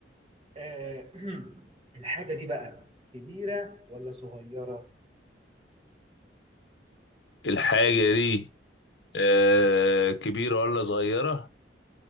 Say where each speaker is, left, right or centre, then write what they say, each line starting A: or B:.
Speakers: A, on the right; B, on the left.
A: آه، <clears throat> الحاجه دي بقى كبيره ولا صغيره
B: الحاجة دي آه كبيرة ولا صغيرة